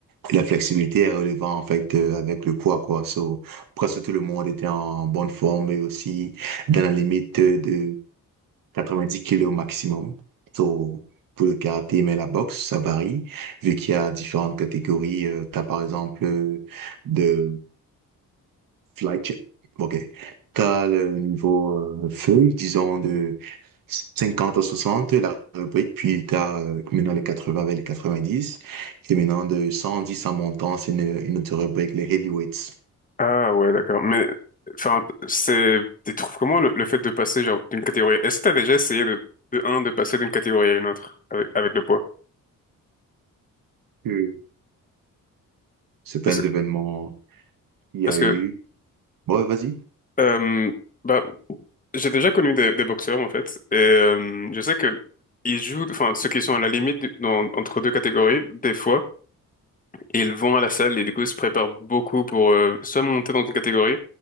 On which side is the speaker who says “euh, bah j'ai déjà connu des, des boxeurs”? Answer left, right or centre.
Left